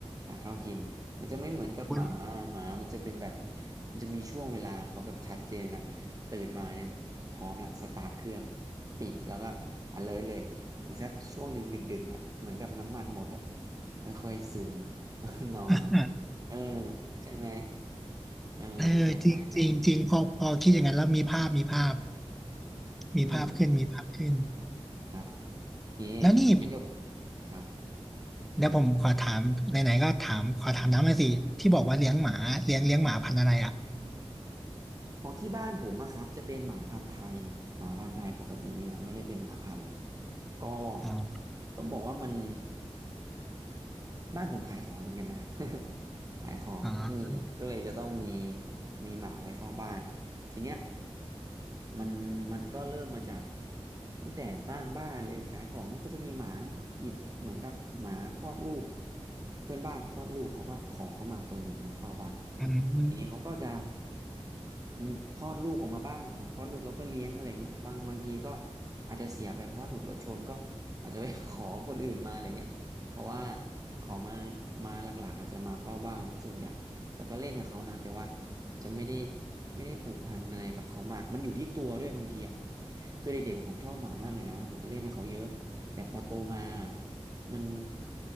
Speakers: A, on the right (about 35°); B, in the centre.
A: หาข้าวกิน มันจะไม่เหมือนกับหมาหมามันจะเป็นแบบ
B: คุณ
A: มันจะมีช่วงเวลาของเขาแบบชัดเจนนะตื่นมาเนี่ยพร้อมละสตาร์ทเครื่องปิดแล้วก็ alert เลย อีกสักช่วงหนึ่งดึกๆเนี่ยเหมือนกับน้ำมันหมดอ่ะมันค่อยซึม <laughs> แล้วก็นอน
B: <coughs>
A: เออใช่ไหมเออคล้ายๆกัน
B: เออจริงจริงจริงพอพอคิดอย่างนั้นแล้วมีภาพมีภาพมีภาพขึ้นมีภาพขึ้น
A: อืมครับโอเค
B: แล้วนี่
A: งั้นเดี๋ยวผมครับ
B: เดี๋ยวผมขอถามไหนๆก็ถามขอถามน้ำมาสิที่บอกว่าเลี้ยงหมาเลี้ยงเลี้ยงหมาพันธุ์อะไรอ่ะ
A: ของที่บ้านผมอะครับจะเป็นหมาพันธุ์ไทยหมาพันธุ์ไทยปกตินี่แหละไม่ได้เป็นหมาพันธุ์ก็
B: อ๋อ
A: ต้องบอกว่ามันบ้านผมขายของเหมือนกันนะ <laughs> ขายของอืมก็เลยจะต้องมี
B: อ๋อ
A: มีหมาไว้เฝ้าบ้านทีเนี้ย มันมันก็เริ่มมาจากตั้งแต่สร้างบ้านเลยขายของก็จะมีหมาหยิบเหมือนกับหมาคลอดลูกเพื่อนบ้านคลอดลูกเขาก็ขอเข้ามาตัวหนึ่งมาเฝ้าบ้าน
B: อืม
A: ทีนี้เขาก็จะอืมคลอดลูกออกมาบ้างหมาคลอดลูกเราก็เลี้ยงอะไรเงี้ยบางบางทีก็อาจจะเสียไปเพราะว่าถูกรถชนก็อาจจะไป <laughs> ขอคนอื่นมาอะไรเงี้ยเพราะว่าขอมามาหลักๆอาจจะมาเฝ้าบ้านซะส่วนใหญ่ แต่ก็เล่นกับเขานะแต่ว่าจะไม่ได้ไม่ได้ผูกพันอะไรกับเขามากมันอยู่ที่ตัวด้วยบางทีอ่ะคือเด็กๆกับผมชอบหมามากเลยนะผมจะเล่นกับเขาเยอะแต่พอโตมามัน